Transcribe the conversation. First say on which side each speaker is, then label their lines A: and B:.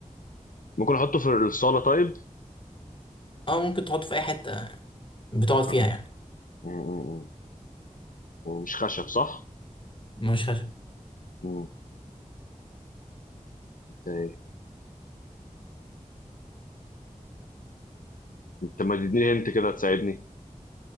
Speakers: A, on the left (about 85°); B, on the left (about 40°).
A: ممكن أحطه في الصالة طيب
B: اه ممكن تحطه في اي حته بتقعد
A: ممكن
B: فيها
A: مم،
B: يعني
A: مم، مم. ومش خشب صح
B: مش خارج
A: مم. أنت إيه؟ أنت ما تديني هنت كده تساعدني